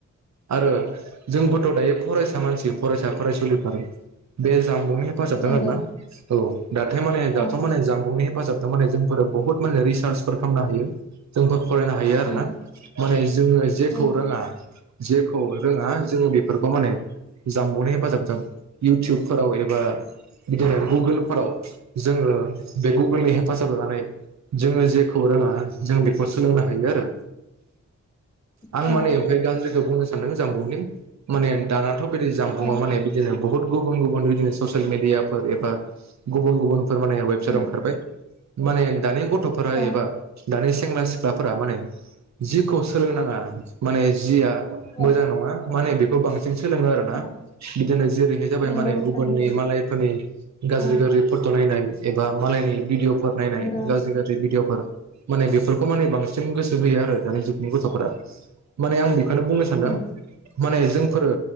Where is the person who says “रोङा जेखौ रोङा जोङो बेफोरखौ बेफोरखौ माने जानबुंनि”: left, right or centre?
Right